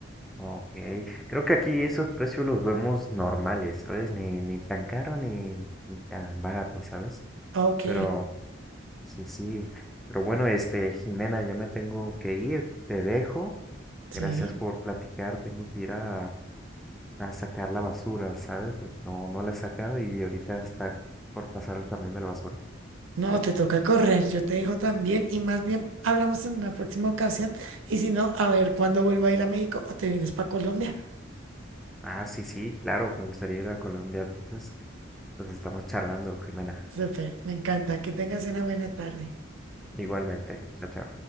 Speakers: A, in the centre; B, on the right.
A: Ok. Creo que aquí esos precios los vemos normales, ¿sabes? Ni, ni tan caro ni, ni tan barato, ¿sabes?
B: Ok,
A: Pero sí, sí. Pero bueno, este, Jimena, ya me tengo que ir, te dejo.
B: sí.
A: Gracias por platicar. Tengo que ir a, a sacar la basura, ¿sabes? Porque no, no la he sacado y ahorita está por pasar el camión de la basura.
B: No, te toca correr, yo te dejo también y más bien hablamos en una próxima ocasión y si no, a ver cuándo vuelvo a ir a México o te vienes para Colombia.
A: Ah, sí, sí, claro, me gustaría ir a Colombia. Entonces, nos estamos charlando, Jimena.
B: Súper, me encanta, que tengas una buena tarde.
A: Igualmente. Chao, chao.